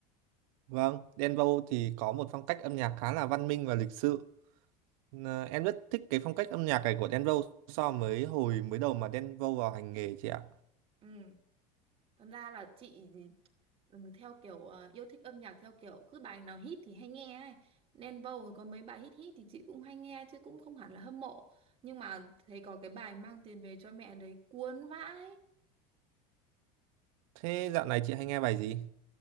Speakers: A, on the right; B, on the right.
A: Vâng, Đen Vâu thì có một phong cách âm nhạc khá là văn minh và lịch sự. Ờ, Em rất thích cái phong cách âm nhạc này của Đen Vâu so với hồi mới đầu mà Đen Vâu vào hành nghề chị ạ.
B: Ừ. Thật ra là chị thì, ừ, theo kiểu ờ, yêu thích âm nhạc theo kiểu cứ bài nào hit thì hay nghe ấy. Đen Vâu rồi có mấy bài hit hit thì chị cũng hay nghe chứ cũng không hẳn là hâm mộ. Nhưng mà thấy có cái bài Mang tiền về cho mẹ đấy cuốn vãi.
A: Thế dạo này chị hay nghe bài gì?